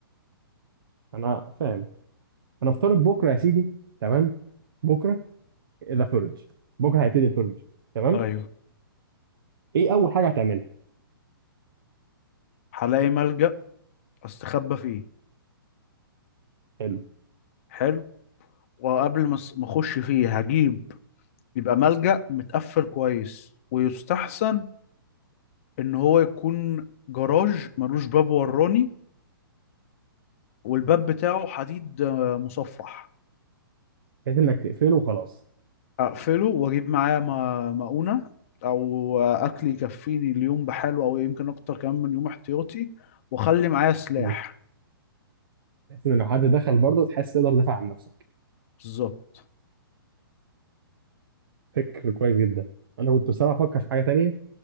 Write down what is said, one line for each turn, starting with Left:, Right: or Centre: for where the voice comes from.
Right: انا فاهم هنفترض بكره يا سيدي تمام بكره ذا بيرج بكره هيبتدي البيرج تمام
Left: ايوه
Right: ايه اول حاجه هتعملها
Left: هلاقي ملجأ استخبى فيه
Right: حلو
Left: حلو وقبل ما أس- ما اخش فيه هجيب يبقى ملجأ متقفل كويس ويستحسن ان هو يكون جراج ملوش باب وراني والباب بتاعه حديد آه، مصفح
Right: بحيث انك تقفله وخلاص
Left: اقفله واجيب معايا م- مؤونة او آه، اكل يكفيني اليوم بحاله او يمكن اكتر كمان من يوم احتياطي واخلي معايا سلاح
Right: مم. بحيث ان لو حد دخل برضه تحس تقدر تدافع عن نفسك
Left: بالظبط
Right: فكر كويس جدا انا كنت بصراحه افكر في حاجه تانية